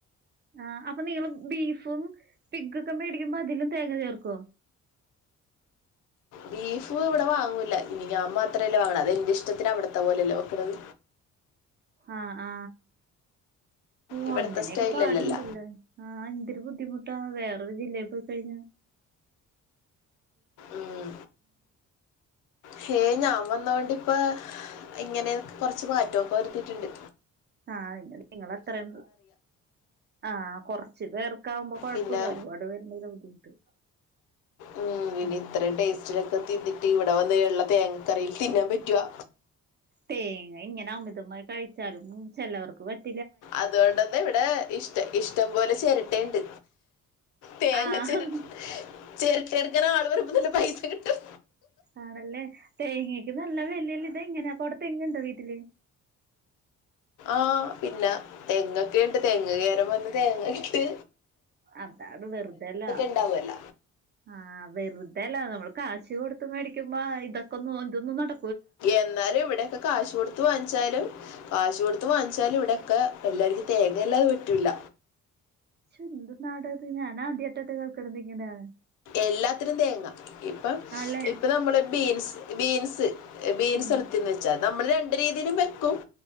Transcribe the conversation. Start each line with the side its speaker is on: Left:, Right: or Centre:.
Right: ആ അപ്പൊ നീള് ബീഫും പിഗൊക്കെ മേടിക്കുമ്പോ അതിലും തേങ്ങചേർക്കോ
Left: ബീഫ്വ്ടെ വാങ്ങൂല്ല ഞ് ഞാമാത്രല്ലേവാങ്ങ്ണ് അതെന്റെഷ്ടത്തിന് അവിടത്തെ പോലല്ലേ വെക്ക്ണത്
Right: ആ ആ ഓ
Left: ഇവിടുത്തെ
Right: അങ്ങനെയൊക്കെപാടുണ്ടല്ലേ
Left: സ്റ്റൈലിലല്ലല്ല
Right: ആ ന്തൊരു ബുദ്ധിമുട്ടാ വേറൊരു ജില്ലേക് കൈഞ്ഞ
Left: ഉം ഹേ ഞാവന്നോണ്ട്പ്പ ഇങ്ങനെ കൊറച്ച് മാറ്റൊക്കെ വരുത്തീട്ടുണ്ട്
Right: ആ <unintelligible> നിങ്ങത്രയും ആ കൊറച്ച് പേർക്കാകുമ്പോ കൊഴപ്പല്ല
Left: പിന്നെ
Right: ഒരുപാട് പേര്ണ്ടെങ്കിലാ ബുദ്ധിമുട്ട്
Left: ഉം പിന്നെ
Right: ഉം
Left: ഇത്രയുംടേസ്റ്റില് ക്കെ തിന്നിട്ട് ഇവിടെ വന്ന്ള്ള ല്ല തേങ്ങക്കറിയിൽ തിന്നാൻ പറ്റുവാ
Right: തേങ്ങ ഇങ്ങനെ അമിതമായി കഴിച്ചാലും ചെലവർക്ക് പറ്റ്
Left: അതോണ്ടെന്താ ഇവിടെ ഇഷ്ടം ഇഷ്ടംപോലെ ചെരട്ടേണ്ട്. തേങ്ങ
Right: ആഹ്
Left: പെര ചെരട്ടയെട്ക്കാനാള് വരുമ്പ നല്ല പൈസ കിട്ടും.
Right: ആണല്ലേ തേങ്ങക്ക് നല്ല വെലല്ലേ ഇതങ്ങനെ അപ്പവ്ടെ തെങ്ങുണ്ടോ വീട്ടില്?
Left: ആഹ് പിന്നാ തെങ്ങൊക്കെയ്ണ്ട് തെങ്ങ് കേരാൻ വന്ന് തേങ്ങയിട്ട്
Right: അതാണ് വെറ്തേലാ.
Left: ഉണ്ടാവുമല്ല
Right: ആഹ് വെറുതെല്ല നമ്മള് കാശ് കൊടുത്ത് മേടിക്കുമ്പോ ഇതൊക്കൊന്ന് ഒതുങ്ങും നട
Left: എന്നാലും ഇവിടെക്കെ കാശ് കൊടുത്ത് വാങ്ങിച്ചാലും കാശ് കൊടുത്ത് വാങ്ങി ച്ചാലും ഇവിടക്കെ എല്ലാര്ക്കും തേങ്ങല്ലാതെ പറ്റൂല.
Right: തെന്ത് നാടാത് ഞാനാദ്യായ്ട്ടാട്ടൊ കേൾക്ക്ണത്ങ്ങനെ
Left: എല്ലാത്തിനും തേങ്ങ ഇപ്പൊ
Right: ആല്ലേ
Left: ഇപ്പ നമ്മള് ബീൻ സ് ബീൻസ് എ ബീൻസ്
Right: ഉം
Left: <unintelligible> ച്ചാ നമ്മള് രണ്ട് രീതിലും വെക്കും